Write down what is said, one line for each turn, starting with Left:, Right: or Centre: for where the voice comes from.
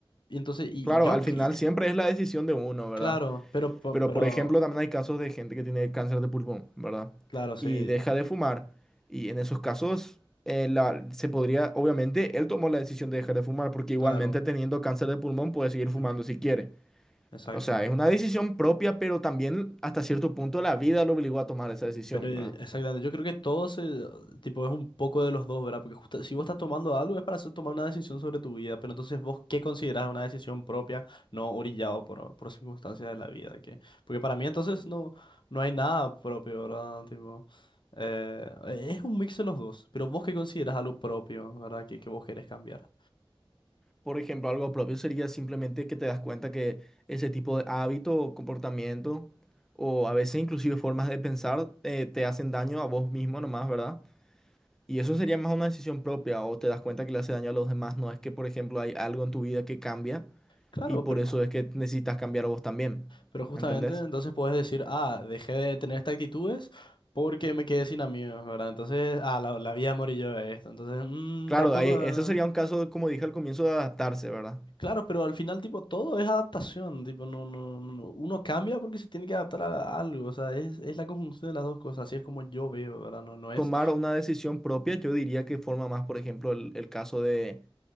Left: Y entonces, y,
Centre: Claro,
Left: y yo,
Centre: al final
Left: que-
Centre: siempre es la decisión de uno, ¿verdad?
Left: claro, pero, po-
Centre: Pero
Left: pero,
Centre: por ejemplo, también hay casos
Left: ujú,
Centre: de gente que tiene cáncer de pulmón, ¿verdad?
Left: claro, sí,
Centre: Y deja de fumar. Y en esos casos, eh, la- se podría, obviamente, él tomó la decisión de dejar de fumar, porque igualmente
Left: claro,
Centre: teniendo cáncer de pulmón puede seguir fumando
Left: ujú,
Centre: si quiere.
Left: exacto.
Centre: O sea, es una decisión propia, pero también hasta cierto punto la vida lo obligó a tomar esa decisión,
Left: Pero eh,
Centre: ¿verdad?
Left: exactamente, yo creo que todo se, tipo, es un poco de los dos, ¿verdad? Porque justa- si vos estás tomando algo es para hacer- tomar una decisión sobre tu vida, pero entonces vos qué considerás una decisión propia, no orillado por, por circunstancias de la vida, ¿qué? Porque para mí entonces no, no hay nada propio, ¿verdad? Tipo, eh, es un mix de los dos, pero vos qué considerás algo propio, ¿verdad? Que, que vos querés cambiar.
Centre: Por ejemplo, algo propio sería simplemente que te das cuenta que ese tipo de hábito comportamiento, o a veces inclusive formas de pensar, eh, te hacen daño a vos mismo nomás, ¿verdad? Y eso sería más una decisión propia, o te das cuenta que le hace daño a los demás, no es que, por ejemplo, hay algo en tu vida que cambia
Left: Claro,
Centre: y por
Left: pero
Centre: eso es que necesitas cambiar vos también,
Left: Pero justamente
Centre: ¿entendés?
Left: entonces puedes decir, ah, dejé de tener estas actitudes porque me quedé sin amigos, ¿verdad? Entonces, ah, la, la vida morí yo de esto. Entonces, mm,
Centre: Claro,
Left: tampoco...
Centre: ahí-
Left: ah.
Centre: eso sería un caso, como dije al comienzo, de adaptarse, ¿verdad?
Left: Claro, pero al final, tipo, todo es adaptación. Tipo, no, no, no, no. Uno cambia porque se tiene que adaptar a algo. O sea, es, es la conjunción de las dos cosas. Así es como yo veo, ¿verdad? No, no es.
Centre: Tomar una decisión propia, yo diría que forma más, por ejemplo, el el caso de